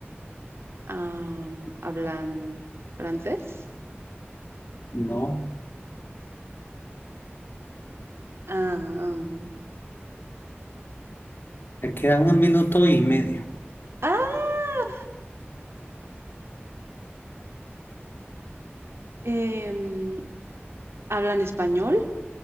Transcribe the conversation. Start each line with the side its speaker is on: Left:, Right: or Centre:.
Right: am, ¿hablan francés?
Left: no,
Right: Am,
Left: te quedan un minuto y medio.
Right: ah, em, ¿hablan español,